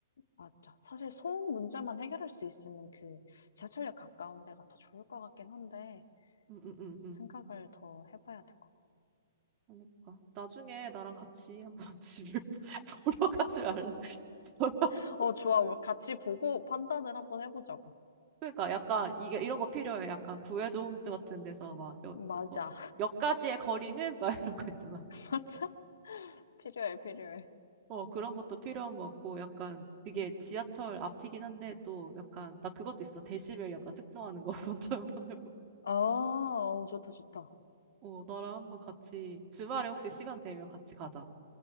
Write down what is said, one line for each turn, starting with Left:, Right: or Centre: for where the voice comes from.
Left: 맞죠. 사실 소음 문제만 해결할 수 있으면 그 지하철역 가까운 데가 더 좋을 것 같긴 한데
Right: 음, 음, 음, 음.
Left: 생각을 더 해봐야 될 것
Right: 그러니까 나중에 나랑 같이 한번 <laughs> 집을 보러 가지 말래. <laughs>
Left: 같아. 어, 좋아. 우리 같이 보고 판단을 한번 해보자고.
Right: 그러니까 약간 이게 이런 거 필요해. 약간 구해줘 홈즈 같은 데서 막 여,
Left: 맞아.
Right: 뭐, 몇 가지의 거리는 막 이런 거 있잖아.
Left: <laughs> 맞아. 필요해, 필요해.
Right: 어 그런 것도 필요한 것 같고 약간 그게
Left: 음.
Right: 지하철 앞이긴 한데 또 약간 나 그것도 있어. 데시벨 약간 측정하는 거 <laughs> 먼저 한번 해보고.
Left: 아 어, 좋다, 좋다.
Right: 어 나랑 한번 같이 주말에 혹시 시간 되면 같이 가자.